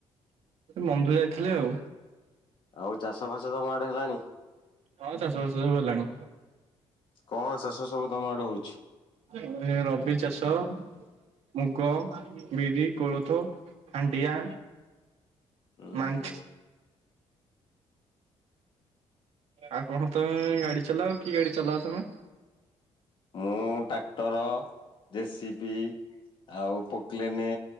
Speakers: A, on the right; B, on the left.
A: ବନ୍ଧୁ ଯାଇଥିଲି ଆଉ।
B: ଆଉ ଚାଷ ଫାସ ତମ ଆଡେ ହେଲାଣି?
A: ହଁ ଚାଷ ବାସ ସବୁ ହେଲାଣି।
B: କଣ ଚାଷ ସବୁ ତମ ଆଡେ ହଉଛି?
A: ଏୟା ରବି ଚାଷ ମୁଗ, ବିରି, କୋଳଥ, ହାଣ୍ଡିଆ
B: ଉଁ
A: ମାଣ୍ଡି
B: ହୁଁ।
A: ଆଉ କଣ ତମେ ଗାଡି ଚଲାଅ କି ଗାଡି ଚଲାଅ ତମେ?
B: ମୁଁ ଟ୍ରାକ୍ଟର ଜେସିପି, ଆଉ ପକଲେନେ,